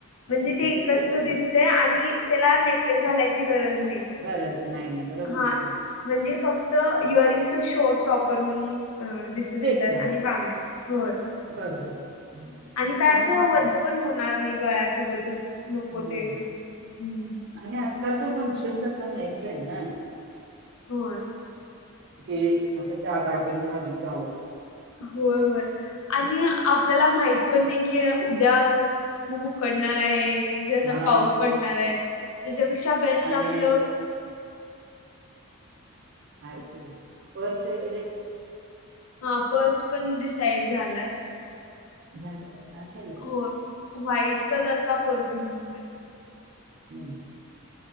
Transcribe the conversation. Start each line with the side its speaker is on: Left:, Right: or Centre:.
Left: म्हणजे ते एकच
Right: स्टेटमेंट
Left: दिसतय आणि त्याला नेक् नस घालायची गरज नाही
Right: गरज नाही आहे बरोबर
Left: हा
Right: आहे की
Left: म्हणजे फक्त इयररिंग्स श स्टॉपर म्हणून दिसून येतात
Right: दिसणार
Left: आणि बांगड्या होय
Right: बरोबर आहे
Left: आणि काय
Right: चमट
Left: असं वज्ज पण होणार नाही गळ्यात उगचच नको
Right: होय
Left: ते पण हम्
Right: आणि आत्ताचं फंक्शन तर सगायचं आहे ना
Left: हो
Right: की असं त्या दागीने घालून जावं
Left: होय होय आणि आपल्याला माहित पण नाही की उद्या खूप उकडणार आहे क
Right: हा
Left: पाऊस पडणार आहे त्याच्यापेक्षा बेस्ट
Right: आणि
Left: आपलं
Right: ह पर्स वगैरे
Left: हा पर्स पण डिसाईड झालाय
Right: ह का असेल
Left: हो व्हाईट कलर चा पर्स घेणार आहे
Right: ह